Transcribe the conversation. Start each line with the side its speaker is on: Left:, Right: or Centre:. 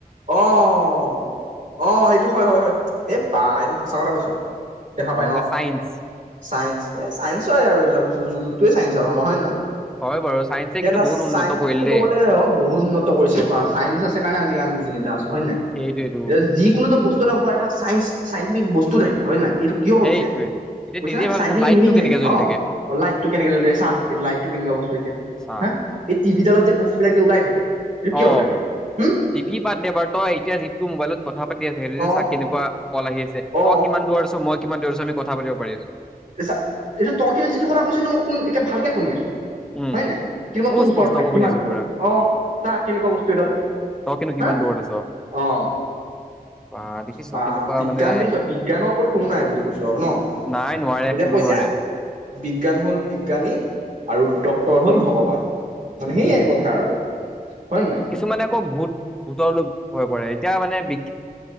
Right: অ', অ, অ, সেইটো হয় হয় হয় এ বা এইটো সঁচা কথা কৈছো, দেখা পাই অ,
Centre: এ চাইন্স।
Right: চাইন্স এ চাইন্সই হয় আৰু এইবিলাক বচ য যুগুলটোৱে চাইন্স আৰু আমাৰ, হয় নে নহয়?
Centre: হয় বাৰু চাইন্সে
Right: এতিয়া
Centre: কিন্তু
Right: তাৰ
Centre: বহুত উন্নত
Right: চাইন্স
Centre: কৰিল
Right: বুলি ক'ব
Centre: দেই।
Right: গ'লে আৰু বহুত উন্নত কৰিছে বা চাইন্স আছে কাৰণে আজি আমি <unintelligible> আছোঁ হয় নে,
Centre: সেইটোৱেটো।
Right: এ যিকোনো এটা বস্তু এটা হব এটা চাইনচ চাই <unintelligible> বস্তু থাকে হয় নাই? এইটো কিয়
Centre: সেইটোৱে
Right: হৈছে,
Centre: এতিয়া
Right: বুজিছ
Centre: নিজে
Right: নে
Centre: ভাবিছা
Right: চাইটিফিক
Centre: লাইটটো
Right: মিনিং
Centre: কেনেকে
Right: থাকে
Centre: জ্বলি
Right: অ, লাইটটো কেনেকে জ্বলে চা লাইটটো কেনেকুৱা বস্তু এতিয়া,
Centre: চা
Right: হা, এই টিভিডালত যে বস্তুবিলাক যে উলাই থাকে এইটো
Centre: অ
Right: কিয় ওলাই থাকে, হুম?
Centre: টিভি বাদ দে বা তই এতিয়া যিটো মোবাইলত কথা পাতি আছে <unintelligible>
Right: অ
Centre: চা কেনেকুৱা, কল আহি পিছে,
Right: অ
Centre: তই কিমান দূৰত আছ মই কিমান দূৰত আছোঁ আমি কথা পাতিব পাৰি আছো।
Right: এতিয়া চা, এইটো তই <unintelligible> যিটো কথা কৈছে এইটো মই শু একে ভালকে শুনি আছো।
Centre: উম
Right: হয় নে, কিন্তু মই
Centre: ময়ো
Right: তোৰ ওচৰত
Centre: স্পষ্টকৈ
Right: নাই কিমান
Centre: শুনি আছো
Right: দূৰত,
Centre: পুৰা
Right: অ, চা কেনেকুৱা বস্তু এডাল,
Centre: তই কিন্তু কিমান
Right: হা,
Centre: দূৰত আছ।
Right: অ,
Centre: বা দেখিছ
Right: বাহ
Centre: কেনেকুৱা
Right: বিজ্ঞান
Centre: মানে
Right: দেখিছোঁ বিজ্ঞানৰ ওপৰত কোনো নাই বুলি কৈছো আৰু ন',
Centre: নাই নোৱাৰে
Right: এতিয়া
Centre: কোনো
Right: কৈছে
Centre: নোৱাৰে
Right: বিজ্ঞান হ'ল বিজ্ঞানী। আৰু ডক্তৰ হ'ল ভগৱান। মানে
Centre: সেইটোৱে
Right: সেইয়াই কথা আৰু। হয় নে নহয়
Centre: কিছুমানে আকৌ ভূত, ভূতৰলৈ ভয় কৰে। এতিয়া মানে বি